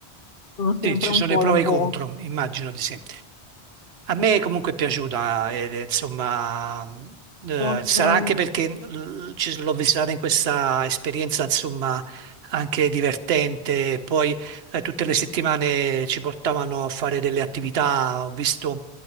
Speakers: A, on the left; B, on the right.
A: sono sempre
B: Sì, ci
A: un
B: sono
A: po'
B: i pro
A: e un
B: e
A: po'.
B: i contro, immagino di sì. A me comunque è piaciuta, ed è, insomma, eh,
A: Eh,
B: sarà anche perché l- ci- l'ho visitata in questa esperienza, insomma, anche divertente. Poi eh, tutte le settimane ci portavano a fare delle attività. Ho visto,